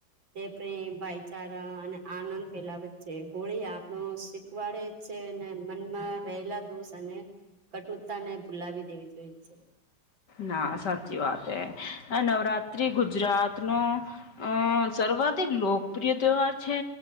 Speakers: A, on the right; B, on the left.
A: તે પ્રેમ ભાઈ ારા અને આનંદ ફેલાવે છે હોળી આપણો શીખવાડે છે અને મનમાં લા દોષ અને, કટુરતાને ભૂલાવી દેવી જોઈ છે.
B: ના સાચી વાત હ, નવરાત્રી ગુજરાત નો, અ સર્વાદ એક લોકપ્રિય તહેવાર છે,